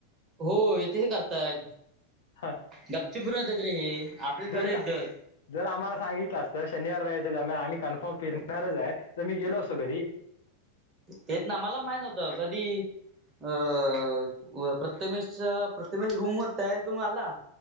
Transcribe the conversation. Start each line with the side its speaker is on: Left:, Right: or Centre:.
Right: हो हेतशे करताय
Left: हा
Right: गपचूप फिरून ते हे. ठेवता
Left: जर
Right: येतच.
Left: जर आम्हाला सांगितलं असत शनिवार रविवारच्या दरम्यान आम्ही कन्फर्म फिरणारच आहे. तर मी गेलो असतो घरी.
Right: येत ना मला माहीत होतं, कधी अ प्रथमेश प्रथमेश रूम वर तयारी करून आला.